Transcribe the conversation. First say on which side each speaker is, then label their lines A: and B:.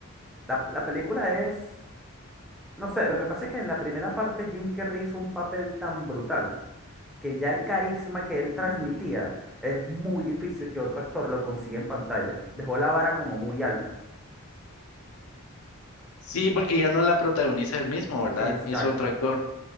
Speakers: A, in the centre; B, on the left (about 75°).
A: La, la película es, no sé, lo que pasa es que en la primera parte Jim Carrey hizo un papel tan brutal que ya el carisma que él
B: ujú.
A: transmitía es muy difícil que otro actor lo consiga en pantalla. Dejó la vara como muy alta.
B: Sí, porque ya no la protagoniza él mismo, ¿verdad?
A: Exacto.
B: Es otro actor.